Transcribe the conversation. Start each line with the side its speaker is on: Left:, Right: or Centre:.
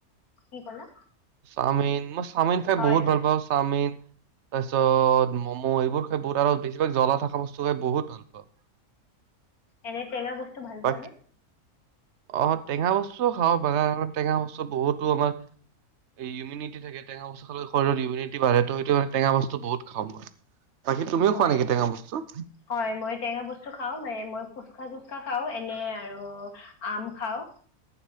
Left: কি ক'লা
Right: চাওমিন মই চাওমিন খাই
Left: হয়
Right: বহুত
Left: হয়
Right: ভাল পাওঁ চাওমিন তাৰ পিছত ম'ম এইবোৰ খাই বহুত আৰু বেছিভাগ জ্বলা থকা বস্তু খাই বহুত ভাল পাওঁ
Left: এনে টেঙা বস্তু ভাল
Right: বাকী
Left: পোৱা নে?
Right: অ টেঙা বস্তুও খাওঁ বাগানত টেঙা বস্তু বহুতো আমাৰ ইউমিনিতী থাকে টেঙা বস্তু খালে শৰীৰ ইউমিনিটি বাঢ়ে টো সেইটো কাৰণে টেঙা বস্তু বহুত খাওঁ মই বাকী তুমিও
Left: হয়
Right: খোৱা নেকি টেঙা বস্তু
Left: হয় মই টেঙা বস্তু খাওঁ মানে মই ফুচখা চুচকা খাওঁ এনে আৰু আম খাওঁ